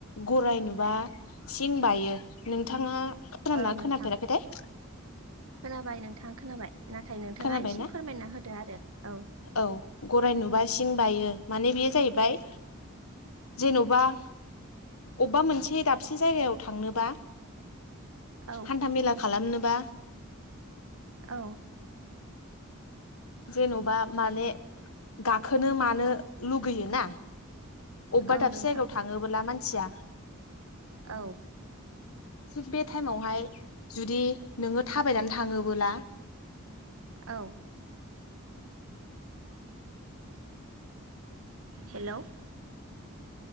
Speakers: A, on the left (about 85°); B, on the right (about 75°).
A: गरराय नुबा सिं बायो नोंथाङा खोनना
B: औ नोंथां
A: खोनाफेराखैथाय
B: खोनाबाय नोंथाङा खोनाबाय नाथाय नोंथाङा
A: खोनाबायना
B: एसे फोरमायना होदो आरो औ
A: औ गराय नुबा सिं बायो माने बेयो जाहैबाय जेन'बा अबेबा मोनसे दाबसे जायगायाव थांनोबा
B: औ
A: हान्थामेला खालामनोबा
B: औ
A: जेन'बा माने गाखोनो मानो लुगैयो ना अबबा
B: औ
A: दाबसे
B: नोंथां
A: जायगायाव थाङोबोला मानसिया
B: औ
A: थिग बे टाइमावहाय जुदि नोङो थाबायनानै थाङोबोला
B: औ हेल'